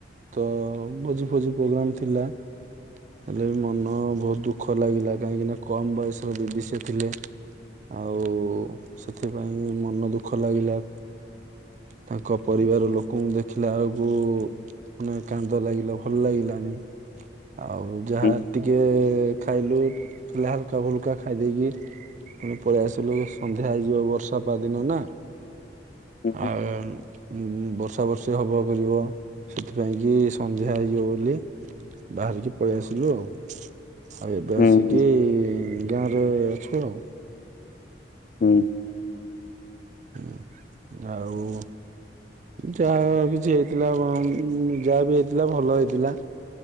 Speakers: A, on the right; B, on the left.
A: ତ ଭୋଜି ଫୋଜି ପ୍ରୋଗ୍ରମ୍ ଥିଲା। ହେଲେ ବି ମନ ବହୁତ ଦୁଃଖ ଲାଗିଲା କାହିଁକିନା କମ୍ ବୟସର ଦିଦି ସେ ଥିଲେ। ଆଉ ସେଥିପାଇଁ ବି ମନ ଦୁଃଖ ଲାଗିଲା। ତାଙ୍କ ପରିବାର ଲୋକଙ୍କୁ ଦେଖିଲା ବେଳକୁ ମାନେ କାନ୍ଦ ଲାଗିଲା ଭଲ ଲାଗିଲାନି। ଆଉ ଯାହା
B: ହୁଁ
A: ଟିକେ ଖାଇଲୁ, ଖାଲି ହାଲକା ଫୁଲକା ଖାଇ ଦେଇକି ପୁଣି ପଳେଇ ଆସିଲୁ ସନ୍ଧ୍ୟା ହେଇଯିବ ବର୍ଷା ପାଦିନ ନା।
B: ହୁଁ
A: ଆଉ ବର୍ଷା ବର୍ଷି ହବ କରିବ ସେଥିପାଇଁ କି ସନ୍ଧ୍ୟା ହେଇଯିବ ବୋଲି ବାହାରିକି ପଳେଇ ଆସିଲୁ ଆଉ। ଆଉ ଏବେ
B: ହୁଁ
A: ଆସିକି ଗାଁ ରେ ଅଛୁ ଆଉ।
B: ହୁଁ।
A: ହୁଁ ଆଉ ଯାହା କିଛି ହେଇଥିଲା ବଂ ଯାହା ବି ହେଇଥିଲା ଭଲ ହେଇଥିଲା।